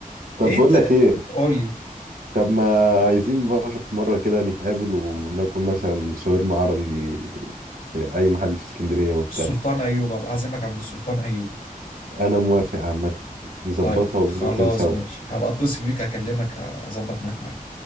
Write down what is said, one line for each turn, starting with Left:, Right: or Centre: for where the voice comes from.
Right: طب
Left: ايه
Right: بقول
Left: انت
Right: لك ايه
Left: قول لي
Right: طب ما عايزين بقى في مرة كده نتقابل وناكل مثلا شاورما عربي في اي محل في اسكندرية وبتاع
Left: السلطان ايوب ابقى اعزمك عند السلطان ايوب
Right: انا موافق عامة نظبطها
Left: طيب
Right: وننزل
Left: خلاص
Right: سوا
Left: ماشي هبقى اتصل بيك اكلمك اظبط معاك معايا